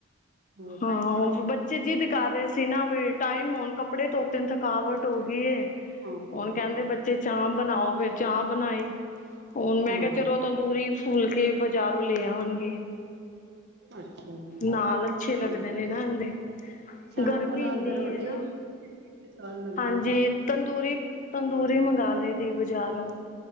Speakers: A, on the right (about 55°); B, on the left (about 40°).
A: ਹੋਰ
B: ਹਾਂ,
A: ਟਾਈਮ ਬੜਾ
B: ਬੱਚੇ ਜ਼ਿੱਦ ਕਰਾ ਰਹੇ ਸੀ ਨਾ ਵੀ ਟਾਈਮ ਹੋਣ ਕੱਪੜੇ ਧੋਤੇ ਥਕਾਵਟ ਹੋ ਗਈ ਐ।
A: ਹਾਂ
B: ਹੁਣ ਕਹਿੰਦੇ ਬੱਚੇ ਚਾਪ ਬਣਾਈ ਫਿਰ ਚਾਪ ਬਣਾਈ ਹੁਣ ਮੈਂ
A: ਹਾਂ
B: ਕਿਹਾ ਚਲੋ ਤੰਦੂਰੀ ਫੁਲਕੇ ਬਾਜ਼ਾਰੋਂ ਲੈ ਆਵਨਗੇ।
A: ਅੱਛਾ,
B: ਨਾਲ ਅੱਛੇ ਲੱਗਦੇ
A: ਤੇ ਫਿਰ
B: ਨੇ ਨਾ ਐਨਦੇ।
A: ਸ਼ਾਮ
B: ਗਰਮੀ
A: ਕੋ ਨਾਲ
B: ਇੰਨੀ
A: ਫਿਰ ਰੋਟੀ
B: ਐ ਨਾ
A: ਹੀ ਸਵਾਦ ਲੱਗਦੀ
B: ਹਾਂਜੀ।
A: ਹੈ
B: ਤੰਦੂਰੀ, ਤੰਦੂਰੀ ਮੰਗਵਾ ਲਈ ਦੀ ਬਜ਼ਾਰੋਂ